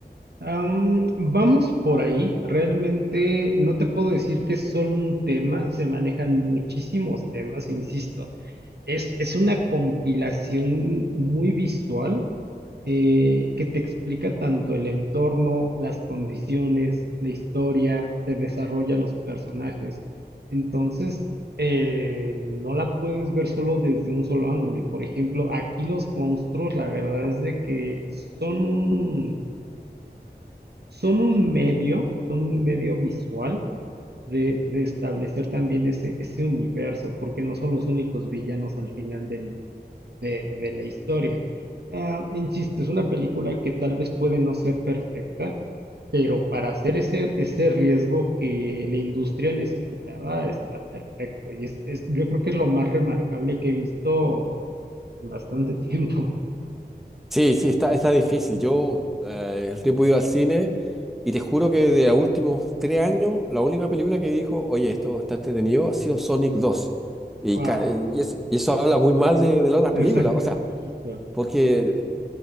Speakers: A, on the right (about 75°); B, in the centre.
A: Am, vamos por ahí. Realmente no te puedo decir que es solo un tema. Se manejan muchísimos temas, insisto. Es, es una compilación muy visual eh, que te explica tanto el entorno, las condiciones, la historia, te desarrolla los personajes. Entonces, eh, no la puedes ver solo desde un solo ángulo. Y por ejemplo, aquí los monstruos, la verdad es de que son un, son un medio, son un medio visual. De, de establecer también ese, ese universo, porque no son los únicos villanos al final de, de la historia. Ah, insisto, es una película que tal vez puede no ser perfecta, pero para hacer ese, ese riesgo que la industria necesitaba está perfecto. Y es, es- yo creo que es lo más remarcable que he visto en bastante <laughs> tiempo.
B: Sí, sí, está, está difícil. Yo eh, el tipo he ido al cine y te juro que de los últimos tres años, la única película que dijo, oye, esto está entretenido, ha sido Sonic dos Y,
A: Wow,
B: ca- y es- y eso habla muy mal de, de las otras
A: exactamente,
B: películas. O sea,
A: justo.
B: Porque